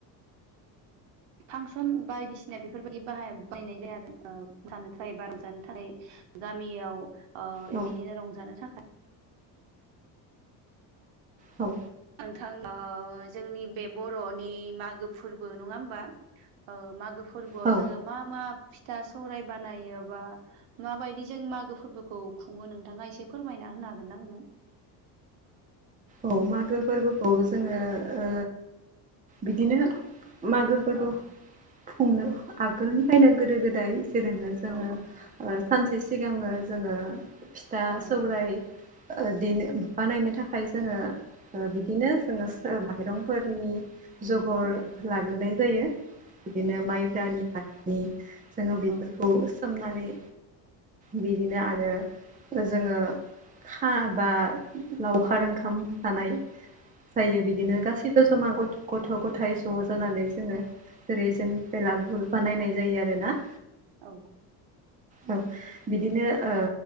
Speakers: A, on the right; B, on the right.
A: फांसन ब बायदिसिना बेफोरबायदि बाह बायनाय जाया आरो ओ जानो थाखाय बा रंजानो थाखाय गामियाव ओ
B: औ
A: बिदिनो रंजानो थाखाय
B: औ
A: नोंथां जोंनि बे बर'नि मागो फोरबो नङा होमबा मागो फोरबोआव
B: औ
A: जोंङो मा मा फिथा सौराय बानायो बा माबायदि जों मागो फोरबोखौ खुङो नोंथाङा एसे फोरमायना होनो हागोन ना आंनो।
B: औ मागो फोरबोखौ जोङो ओ बिदिनो मागो फोरबो
A: अ
B: खुंनो आगोलनिफ्रायनो गोदो गोदाय जेरोनो जोङो
A: औ औ
B: सानसे सिगाङो जोङो फिथा
A: औ
B: सौरायाइ देनो बानायनो थाखाय जोङो बिदिनो
A: उम
B: जोङो माइरंफोरनि जगर
A: उम
B: लाग्रोनाय
A: उम
B: जायो बिदिनो
A: उम
B: माइब्रानि
A: उम
B: मानि जोङो बेफोरखौ
A: औ
B: सोमनानै बिदिनो आरो जोङो हा बा लाव खार ओंखाम जानाय जायो
A: औ
B: बिदिनो गासैबो जमा ग गथ' गथायाइ ज' जानानै जोङो जेरै जों
A: उम
B: बेलागुर बानायनाय जायो आरो ना।
A: औ
B: औ बिदिनो ओ